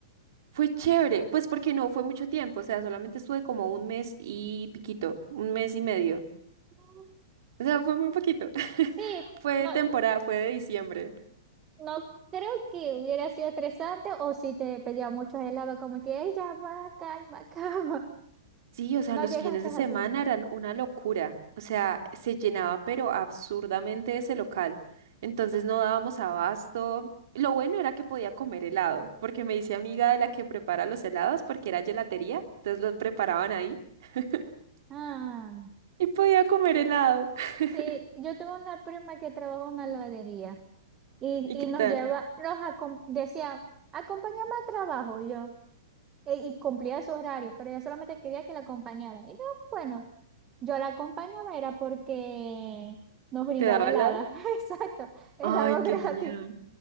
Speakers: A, on the right (about 55°); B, on the right (about 15°).
A: Fue chévere, pues porque no fue mucho tiempo, o sea, solamente estuve como un mes y piquito, un mes y medio.
B: Mm,
A: O sea, fue muy poquito. <laughs>
B: Sí,
A: Fue
B: no,
A: temporada, fue de diciembre.
B: no creo que hubiera sido estresante o si te pedía muchos helados, como que, ella ya va, calma, <laughs> calma.
A: Sí, o sea,
B: No
A: los
B: llegaste
A: fines de
B: así.
A: semana eran una locura. O sea, se llenaba pero absurdamente ese local. Entonces no dábamos abasto. Lo bueno era que podía comer helado, porque me hice amiga de la que prepara los helados, porque era gelatería, entonces los preparaban ahí <laughs>
B: Ah.
A: y podía comer helado. <laughs>
B: Sí, yo tuve una prima que trabajó en una heladería y,
A: ¿Y
B: y
A: qué
B: nos
A: tal?
B: lleva, nos acom- decía, acompáñame a trabajo y yo, e- y cumplía su horario, pero ella solamente quería que la acompañaran. Y yo, bueno, yo la acompañaba era porque nos brindaba
A: ¿Te daba
B: helada,
A: helado?
B: <laughs> exacto, helado
A: Ay, qué
B: gratis,
A: genial.